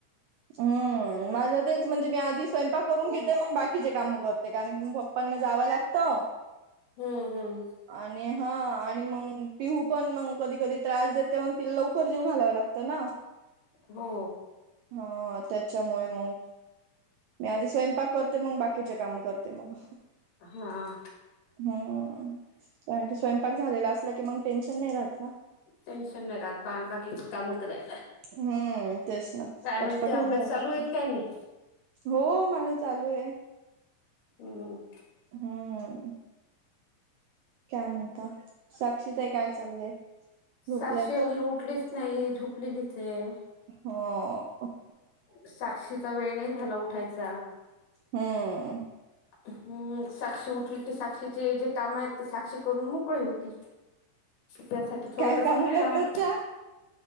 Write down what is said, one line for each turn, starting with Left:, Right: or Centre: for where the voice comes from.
Right: हम् माझं तेच म्हणजे मी आधी स्वयंपाक करून घेते मग बाकीचे काम करते कारण की पप्पांना जाव लागत आणि
Left: हम्म हम्म
Right: आणि हा आणि मग पिऊू पण कधी कधी त्रास देते ते मग तिला लवकर जेऊ घालावं लागतं ना
Left: हो.
Right: हा त्याच्यामुळे मग, मी आधी स्वयंपाक करते मग बाकीचे काम करत ते मग,
Left: हा
Right: हा ते कारण की स्वयंपाक झालेला असला की मग टेन्शन नाही राहत ना
Left: टेन्शन नाही राहत बा बाकीची कामं करायला
Right: हम्म तेच ना
Left: काय
Right: पटपट
Left: म्हणते अभ्यास
Right: होऊन जातात
Left: चालू आहे
Right: ते
Left: काय नाही
Right: हो माझं चालू आहे
Left: हम्म.
Right: हा. काय म्हणता, साक्षीताई काय चाललंय? झोपल्यात
Left: साक्षी अजून उठलीच नाही झोपलेलीच आहे.
Right: हो.
Left: साक्षीचा वेळ नाही झाला उठायचा
Right: हम्म.
Left: हम्म, साक्षी उठली की साक्षीचे जे काम आहेत ते साक्षी करून मोकळी होती त्यासाठी ठेवत
Right: काय
Left: असते
Right: कामं
Left: ना
Right: करतात
Left: काम
Right: त्या?